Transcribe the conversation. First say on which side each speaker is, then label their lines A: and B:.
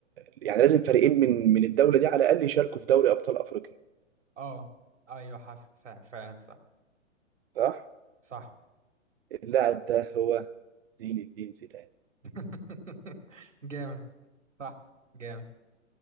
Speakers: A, on the right (about 50°); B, on the right (about 80°).
A: يعني لازم فريقين من من الدولة دي على الأقل يشاركوا في دوري أبطال أفريقيا
B: اه ايوه حصل صح فعلا صح
A: صح؟
B: صح
A: اللاعب ده هو زين الدين زيدان
B: <laughs> جامد صح جامد